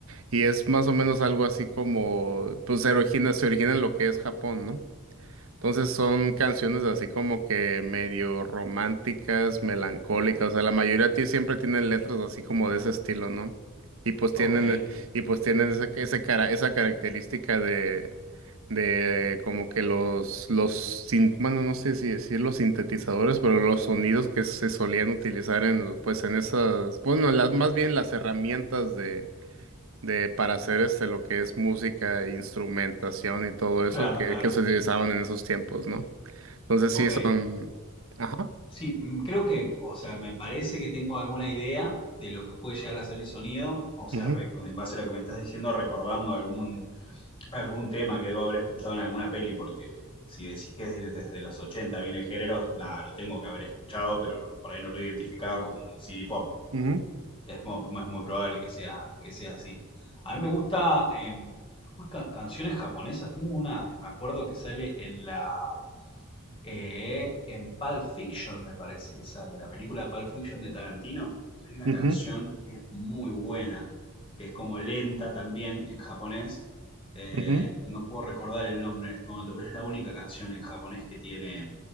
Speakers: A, on the right; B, on the left.
A: y es más o menos algo así como, pues se origina, se origina en lo que es Japón, ¿no? Entonces son canciones así como que medio románticas, melancólicas, o sea, la mayoría de ti siempre tienen letras así como de ese estilo, ¿no? Y pues tienen,
B: Ok,
A: y pues tienen ese, ese cara, esa característica de, de como que los, los, sin- bueno, no sé si decir los sintetizadores, pero los sonidos que se solían utilizar en, pues en esas, bueno, las, más bien las herramientas de para hacer este lo que es música, instrumentación y todo eso
B: claro,
A: que,
B: claro.
A: que se utilizaban en esos tiempos, ¿no? Entonces
B: Ok.
A: sí son. Ajá.
B: Sí, mm, creo que, o sea, me parece que tengo alguna idea de lo que puede llegar a ser el sonido. O sea,
A: Ujú,
B: re- en base a lo que me estás diciendo, recordando algún algún tema que debo haber escuchado en alguna peli, porque si decís que desde, desde los 80 viene el género, nada, lo tengo que haber escuchado, pero no, por ahí no lo he identificado como un CD pop.
A: ujú,
B: Es, mo- es muy probable que sea, que sea así. A mí me gusta, eh, después ca- canciones japonesas, tengo una que me acuerdo que sale en la, eh, en Pulp Fiction me parece que sale, la película Pulp Fiction de Tarantino, hay una
A: ujú,
B: canción que es muy buena, que es como lenta también en japonés, eh,
A: ujú.
B: no puedo recordar el nombre en este momento, pero es la única canción en japonés que tiene,